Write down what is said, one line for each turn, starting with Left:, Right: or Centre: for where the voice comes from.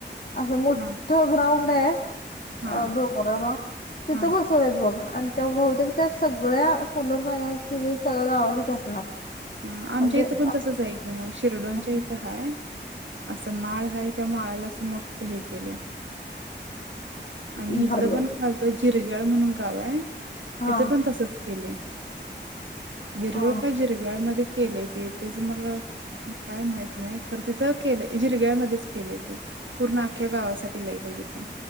Left: असं मोठ
Right: हा
Left: तथ ग्राउंड आहे
Right: हा
Left: डोंगराला तिथ
Right: हा
Left: बस सरत बघ आणि त्या बहुतेक त्या सगळ्या सोलर पॅनल स व सगळ्या गावासाठी असणार.
Right: ह आमच्या
Left: म्हणजे
Right: इथं पण
Left: अस
Right: तसच आहे की मग शिरडोनच्या
Left: हा
Right: इथं हा असं माळ ह त्या माळाला अस मोठं हे केलंय. आणि इकडं
Left: भरले
Right: पण खालतो जिरग्याळ म्हणून गाव आहे
Left: हा
Right: तिथं पण तसच केलंय. बिरवळ
Left: हा
Right: का जिरगाळमध्येध्ये केलंय ते त्याच मला काय माहित नाही खर तिथं केलेय झिरग्यामध्येध्येच केलेय ते. पूर्ण आख्ख्या गावासाठी लईट आहे तिथून